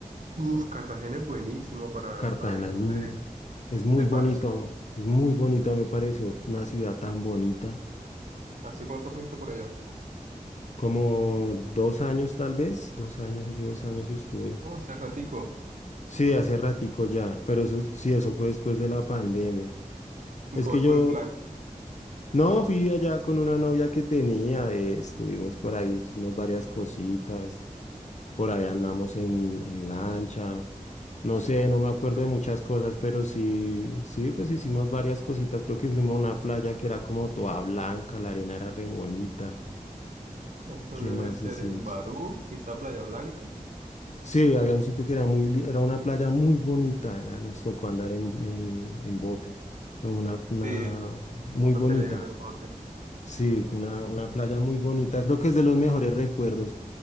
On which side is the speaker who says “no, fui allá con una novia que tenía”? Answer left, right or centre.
Left